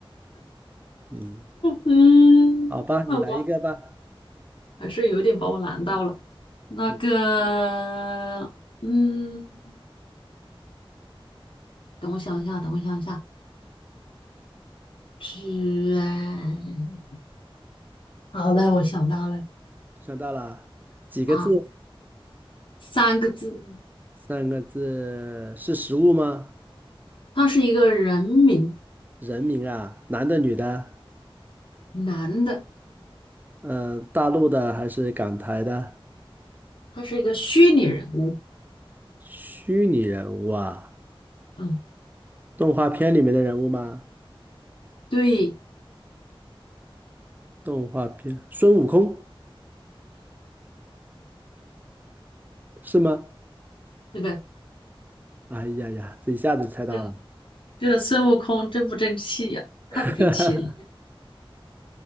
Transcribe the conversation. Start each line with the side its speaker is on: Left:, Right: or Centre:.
Right: 嗯，
Left: 嗯，
Right: 好吧，你来一个吧。
Left: 好吧，还是有点把我难到了。那个，
Right: 嗯。
Left: 嗯，等我想一下，等我想一下，居然，好的，我想到了
Right: 想到了几个字？
Left: 啊，三个字，
Right: 三个字是食物吗？
Left: 他是一个人名，
Right: 人名啊，男的女的？
Left: 男的，
Right: 呃，大陆的还是港台的？
Left: 他是一个虚拟人物。
Right: 虚拟人物啊，
Left: 嗯，
Right: 动画片里面的人物吗？
Left: 对，
Right: 动画片，孙悟空是吗？
Left: 是的。
Right: 哎呀呀，这一下子就猜到了。
Left: 这这个孙悟空真不争气呀、太不争气了！
Right: <laughs>